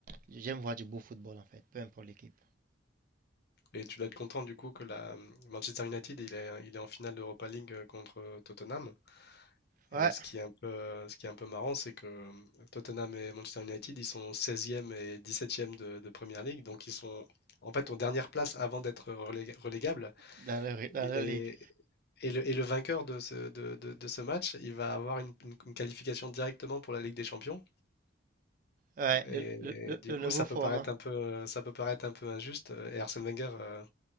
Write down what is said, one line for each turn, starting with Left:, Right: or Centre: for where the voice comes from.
Right: j'aime voir du beau football, en fait, peu importe l'équipe.
Left: Et tu dois être content du coup que la Manchester United il est, il est en finale d'Europa League euh, contre Tottenham.
Right: Ouais.
Left: Et ce qui est un peu, ce qui est un peu marrant, c'est que euh, Tottenham et Manchester United, ils sont seizième et dix-septième de, de Premier League, donc ils sont en fait aux dernières places avant d'être relé- relégables.
Right: Dans, le- dans
Left: Et, les-
Right: la ligue.
Left: et le, et le vainqueur de ce, de, de- de ce match, il va avoir une, une- une qualification directement pour la Ligue des Champions.
Right: Ouais,
Left: Et,
Right: le, le- le-
Left: du
Right: le
Left: coup,
Right: nouveau
Left: ça
Right: format.
Left: peut paraître un peu, euh, ça peut paraître un peu injuste. Et Arsène Wenger euh,